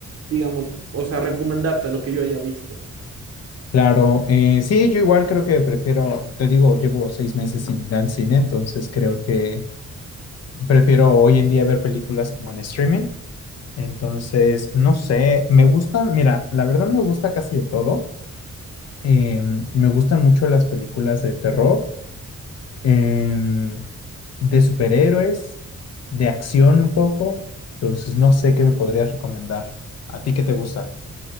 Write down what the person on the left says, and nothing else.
Claro, eh, sí, yo igual creo que prefiero, te digo, llevo seis meses sin ir al cine, entonces creo que Prefiero hoy en día ver películas como en streaming. Entonces, no sé, me gustan, mira, la verdad me gusta casi de todo. Em, me gustan mucho las películas de terror, em, de superhéroes, de acción un poco. Entonces, no sé qué me podrías recomendar. ¿A ti qué te gusta?